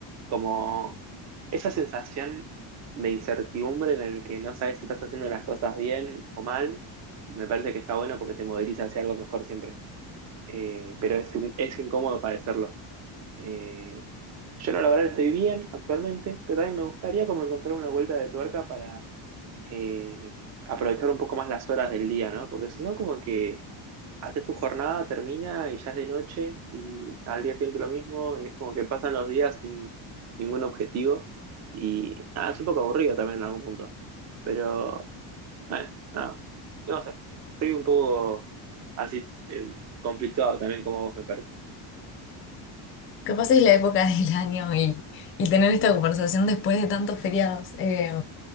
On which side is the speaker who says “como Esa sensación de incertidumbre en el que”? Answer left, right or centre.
Right